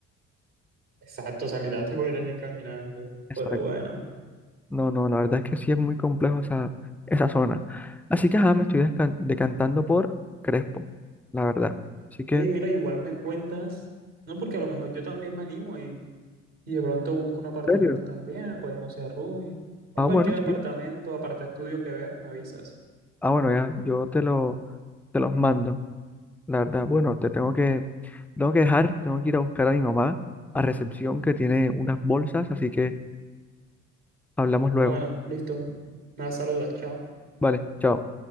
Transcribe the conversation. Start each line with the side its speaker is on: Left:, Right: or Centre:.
Right: Exacto, salida te <laughs> voy a ir caminando.
Centre: Exacto.
Right: Pero bueno.
Centre: No, no, la verdad es que sí es muy complejo esa, esa zona. Así que, ajá, me estoy descan- decantando por Crespo, la verdad. Así que,
Right: Oye,
Centre: ¿En
Right: mira, igual me cuentas, no, porque a lo mejor yo también me animo y, y de pronto busco un apartamento
Centre: serio?
Right: también, podemos ser roomie, o
Centre: Ah,
Right: cualquier
Centre: bueno,
Right: apartamento,
Centre: sí.
Right: aparta estudio que veas, me avisas.
Centre: Ah, bueno, ya, yo te lo, te los mando, la verdad. Bueno, te tengo que, tengo que dejar, tengo que ir a buscar a mi mamá a recepción que tiene unas bolsas, así que hablamos luego.
Right: Ah, bueno, listo. Me saludas, chao.
Centre: Vale, chao.